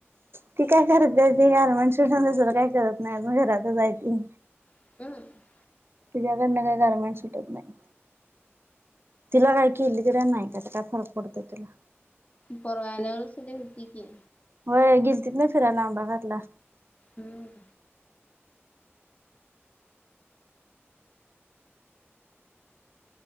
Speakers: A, on the right; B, on the left.
A: ती काय करत्या ती गारमेंट शडसर <unintelligible> दुसरा काय करत नाही अजून घरातच आहे ती.
B: <unintelligible>
A: तिच्या्याकडन काय गारमेंट सुटत नाही. तिला काय केली तरी नाही काता काय फरक पडत तिला.
B: परवा एनिवर्सरी होती की.
A: व्हयं गिलतीत ना फिरायला आंबा घाटला.
B: हम्म.